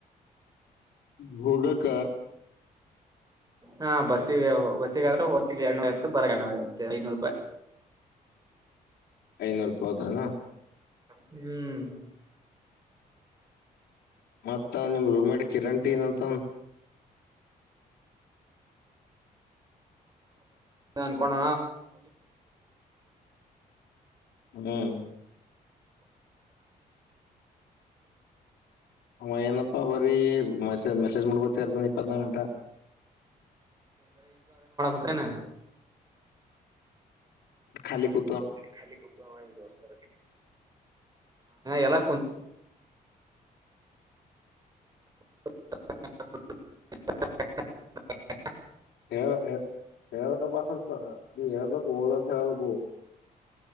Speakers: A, on the left (about 75°); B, on the right (about 25°).
A: ಭೋಗಕ.
B: ಹಾ ಬಸ್ಿಗೆ ಬಸ್ಸಗಾದ್ರೆ ಹೋಟಲ್ ಎನೂ ಇತ್ತು ಬರ ಎೂರತ್ತು ಐನೂರು ರೂಪಾಯಿ.
A: ಐನೂರು. ಹೌದಾನ.
B: ಹ್ಮ್.
A: ಮತ್ತ ನಿಮ್ ರೂಮ್ ಮೇಟ್ ಕಿರಣಂಟಿ ಏನಂತ.
B: ಹ ಅನ್ಕೋೊಂಡ.
A: ಹ್ಮ್. ಹಏನಪ್ಪ. ೀ ಮಸ ಮೆಸೇಜ್ ಮಾಡಕೊತ್ತರ್ತ ಇಪ್ಪತ್ನಾ ಗಂಟ.
B: ತ್ತನಾ.
A: ಎಾಲಿ ಕು.
B: ಖಾಲಾಲಟ್ಟಂಗ ಎಲ್ಲ. ಹ್ಮ್ಮ್.
A: ಹೇ ಹೇರ್ ಕ ಬಸಲ್ ನೀ ಹೇರ್ ಓರ ಹಬ.